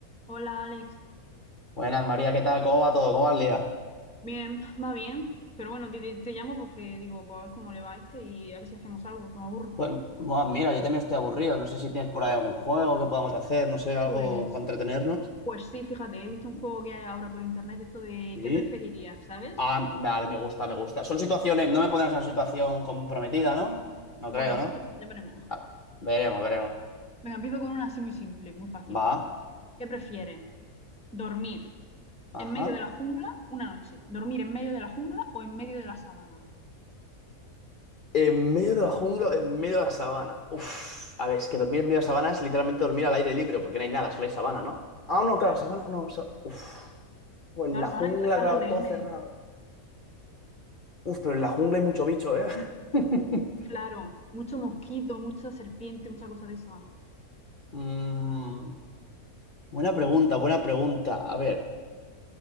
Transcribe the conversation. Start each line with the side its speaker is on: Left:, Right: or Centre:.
Centre: Hola Alex,
Left: Buenas, María, ¿qué tal? ¿Cómo va todo? ¿Cómo va el día?
Centre: bien, va bien, pero bueno, te, te- te llamo porque digo, pues a ver cómo le va a este y a ver si hacemos algo, que me aburro.
Left: Pues, bueno, mira, yo también estoy aburrido. No sé si tienes por ahí algún juego que podamos hacer, no sé, algo
Centre: Pues,
Left: para entretenernos.
Centre: pues sí, fíjate, he visto un juego que hay ahora por internet, esto de
Left: Sí.
Centre: qué preferirías, ¿sabes?
Left: Ah, vale, me gusta, me gusta. Son situaciones, no me pones en una situación comprometida, ¿no? No
Centre: Bueno,
Left: creo, ¿no?
Centre: <laughs> ya veremos.
Left: Ah, veremos, veremos.
Centre: Venga, empiezo con una así muy simple, muy facilica.
Left: Va,
Centre: ¿Qué prefieres? ¿Dormir
Left: ajá.
Centre: en medio de la jungla una noche? ¿Dormir en medio de la jungla o en medio de la sabana?
Left: En medio de la jungla, o en medio de la sabana. Uf, a ver, es que dormir en medio de la sabana es literalmente dormir al aire libre, porque no hay nada, solo hay sabana, ¿no? Ah, no, claro,
Centre: Claro,
Left: sabana, no, sa- uf. O en
Centre: claro,
Left: la
Centre: sabana
Left: jungla,
Centre: es donde están
Left: claro,
Centre: los leones.
Left: todo cerrado. Uf, pero en la jungla hay mucho bicho, ¿eh? <laughs>
Centre: Claro, mucho mosquito, mucha serpiente, mucha cosa de eso.
Left: Mm, buena pregunta, buena pregunta. A ver,